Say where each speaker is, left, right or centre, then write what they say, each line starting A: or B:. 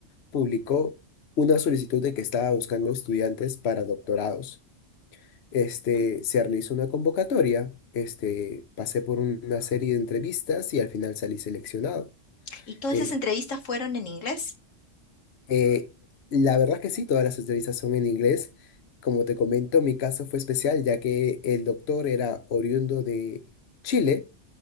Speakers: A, on the left (about 60°); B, on the left (about 85°).
A: publicó una solicitud de que estaba buscando estudiantes para doctorados. este,
B: ¿Mm?
A: se realizó una convocatoria, este, pasé por una serie de entrevistas y al final salí seleccionado.
B: ¿Y todas
A: Eh,
B: esas entrevistas fueron en inglés?
A: eh, la verdad que sí, todas las entrevistas son en inglés. Como te comento, mi caso fue especial ya que el doctor era oriundo de Chile